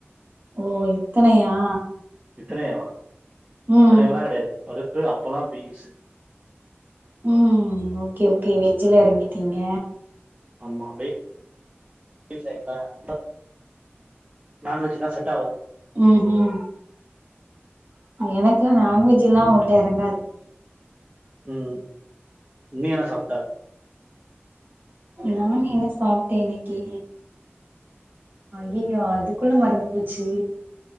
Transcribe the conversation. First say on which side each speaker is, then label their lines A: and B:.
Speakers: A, on the right; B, on the right.
A: ஓ இத்தனையா
B: இத்தனையாவா
A: ம்
B: இத்தனயெல்லா கெடையாது பருப்பு அப்பளோ பீன்சு
A: ம் ஓகே ஓகே வெஜ்ல எறங்கிட்டீங்க
B: அம்மாவை <unintelligible> நான்வெஜு ன்னா <unintelligible>
A: ம் ஹும் எனக்கு நான்வெஜ் இல்லாம உள்ள எறங்காது
B: ம் நீ என்ன சாப்ட
A: நான் என்ன சாப்ட்டேன் இன்னெக்கி அய்யயோ அதுக்குள்ள மறந்து போச்சு